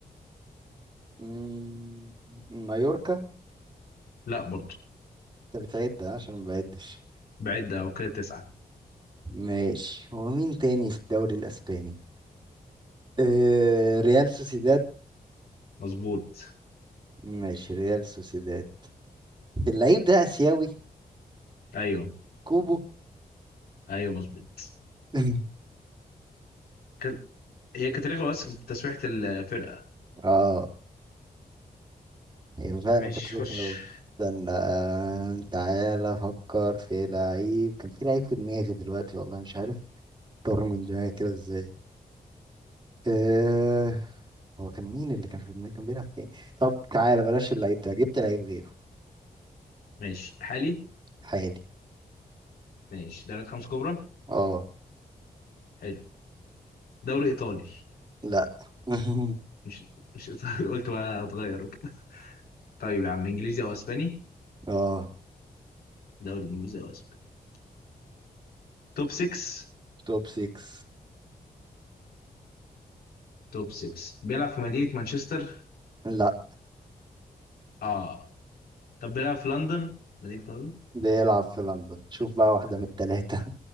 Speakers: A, on the right; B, on the left.
A: مم. مايوركا
B: لا برضه
A: انت بتعد عشان ما بعدش
B: بعد او كده تسعه
A: ماشي هو مين تاني في الدوري الاسباني آه ريال سوسيداد
B: مظبوط
A: ماشي ريال سوسيداد اللعيب ده اسيوي
B: ايوه
A: كوبو
B: ايوه مظبوط
A: <laughs>
B: كان- هي كانت رخمه بس في تسويحه الفرقه
A: اه ايوه فعلا
B: ماشي
A: كانت رخمة
B: خش
A: أوي استنى آه، تعالى افكر في لعيب كان في لعيب في دماغي دلوقتي والله مش عارف طار من دماغي كده ازاي آه هو كان مين اللي كان في دماغي كان بيلعب فين طب تعالى بلاش اللعيب ده جبت لعيب غيره
B: ماشي حالي
A: حالي
B: ماشي دوري خمس كبرى
A: اه
B: حلو دوري ايطالي
A: لا <laughs>
B: مش مش ايطالي <laughs> قلت بقى هتغير وكده طيب يا عم انجليزي او اسباني
A: اه
B: دوري انجليزي او اسباني توب 6
A: توب 6
B: توب 6 بيلعب في مدينة مانشستر
A: لا
B: اه طب بيلعب في لندن مدينة لندن
A: بيلعب في لندن شوف بقى واحدة من التلاتة